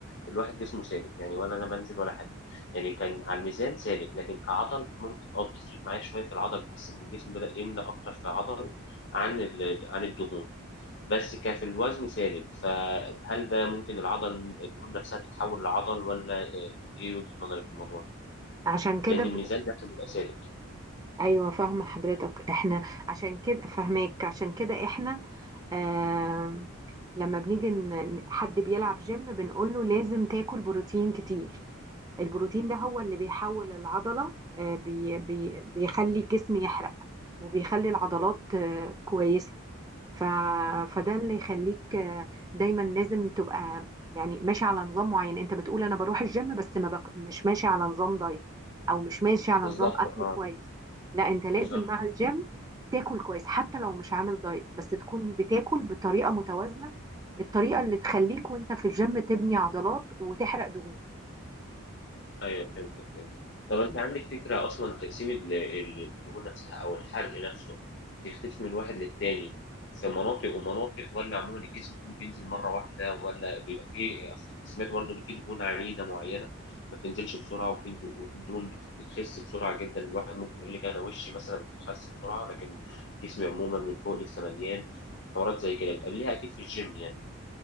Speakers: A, on the left; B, on the right.
A: الواحد جسمه ثابت يعني ولا انا بنزل ولا حاجه يعني كان على الميزان ثابت لكن كعضل ممكن اه بتفرق معايا شويه في العضل بحس ان الجسم بدا يملى اكتر في عضل عن ال- عن الدهون بس كان في الوزن ثابت فهل ده ممكن العضل الدهون نفسها تتحول لعضل ولا آه ايه وجهه نظرك في الموضوع؟
B: عشان كده
A: لان الميزان نفسه بيبقى ثابت
B: ايوه فاهمه حضرتك احنا عشان كده فاهماك عشان كده احنا آم، لما بنيجي ن- حد بيلعب جيم بنقول له لازم تاكل بروتين كتير البروتين ده هو اللي بيحول العضله آه، بي بي بيخلي الجسم يحرق وبيخلي العضلات آه، كويسه ف... فده اللي يخليك آه، دايما لازم تبقى يعني ماشي على نظام معين انت بتقول انا بروح الجيم بس ما بك... مش ماشي على نظام دايت او مش ماشي على
A: بالظبط
B: نظام اكل
A: اه
B: كويس لا انت لازم
A: بالظبط
B: مع الجيم تاكل كويس حتى لو مش عامل دايت بس تكون بتاكل بطريقة متوازنة الطريقة اللي تخليك وانت في الجيم تبني عضلات وتحرق دهون
A: ايوه فهمتك فهمت طب انت عندك فكره اصلا تقسيم ال- ال- الدهون نفسها او الحرق نفسه بيختلف من واحد للتاني في مناطق ومناطق ولا عموما الجسم كله بينزل مره واحده ولا بيبقى فيه أصل سمعت برضه ان في دهون عنيده معينه ما بتنزلش بسرعه وفي دهون بت- بتخس بسرعه جدا الواحد ممكن يقول لك انا وشي مثلا بتخس بسرعه لكن جسمي عموما من فوق لسه مليان حوارات زي كده بتقابليها اكيد في الجيم يعني